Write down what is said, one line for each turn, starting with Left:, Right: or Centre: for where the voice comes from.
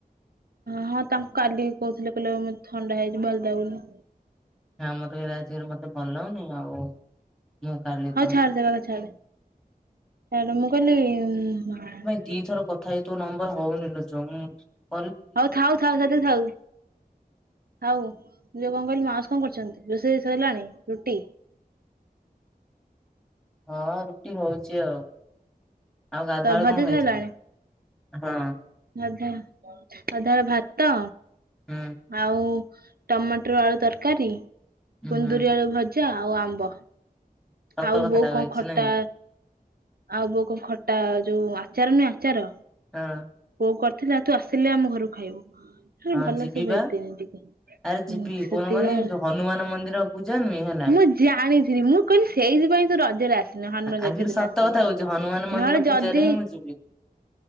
Right: ହଁ ତାଙ୍କୁ କାଲି କହୁଥିଲେ କହିଲେ ଥଣ୍ଡା ହେଇଛି ଭଲ ଲାଗୁନି।
Centre: ହଁ ମତେ କହିଲେ ଆଜିକାଲି ମତେ ଭଲ ଲାଗୁନି ଆଉ ମୁଁ କାଲି
Right: ହଉ
Centre: ତମ
Right: ଛାଡ
Centre: ସହିତ
Right: ସେ କଥା ଛାଡେ ଛାଡ ମୁଁ କହିଲି
Centre: ଦି ଥର କଥା ହେଇ ତୋ ନମ୍ବର ହଉନି ଲୋ ଝିଅ ଉଁ
Right: ହଉ ଥାଉ ଥାଉ ସେତିକି ଥାଉ। ହଉ ଯଉ କଣ କହିଲୁ ମାଉସ କଣ କରୁଛନ୍ତି, ରୋଷେଇ ବାସ ହେଲାଣି ରୁଟି?
Centre: ହଁ ରୁଟି ହଉଛି ଆଉ। ଆଉ ଗାଧୁଆବେଳେ
Right: ତ ଭଜା
Centre: କଣ ଖାଇଥିଲୁ?
Right: ସରିଲାଣି
Centre: ହଁ
Right: ଗାଧୁଆବେଳେ ଭାତ
Centre: ହୁଁ।
Right: ଆଉ ଟମାଟର ଆଳୁ ତରକାରୀ
Centre: ଉଁ
Right: କୁନ୍ଦୁରି
Centre: ହୁଁ
Right: ଆଳୁ ଭ ଭଜା ଆଉ ଆମ୍ବ
Centre: ସତ
Right: ଆଉ
Centre: କଥାଟା
Right: ବୋଉ
Centre: କହିଛୁ
Right: କଣ ଖଟା
Centre: ନାଇଁ
Right: ଆଉ ବୋଉ କଣ ଖଟା ଯୋଉ ଆଚାର ନୁହେଁ ଆଚାର
Centre: ହଁ।
Right: ବୋଉ କରିଥିଲା ତୁ ଆସିଲେ ଆମ ଘରକୁ ଖାଇବୁ। ସେ
Centre: ହଁ
Right: ଭଲ
Centre: ଯିବି
Right: ସେ ଭେଦିନି
Centre: ବା
Right: ଟିକେ।
Centre: ଆରେ ଯିବି
Right: ହଁ ସେତିକିବେଳେ
Centre: କଣ କହନି ଯୋଉ ହନୁମାନ ମନ୍ଦିର ପୂଜା ନୁହେଁ ହେଲା
Right: ମୁଁ ଜାଣିଥିଲି ମୁଁ କହିଲି ସେଇଥିପାଇଁ ତୁ ରଜରେ ଆସିନି ହନୁମାନ ଯଜ୍ଞ
Centre: ଆଖିରୁ
Right: ଦିନ
Centre: ସତ
Right: ଆସିବୁ
Centre: କଥା
Right: ବୋଲି,
Centre: କହୁଛି ହନୁମାନ ମନ୍ଦିର
Right: ନହେଲେ
Centre: ପୂଜାରେ
Right: ଯଦି
Centre: ହିଁ ମୁଁ ଯିବି।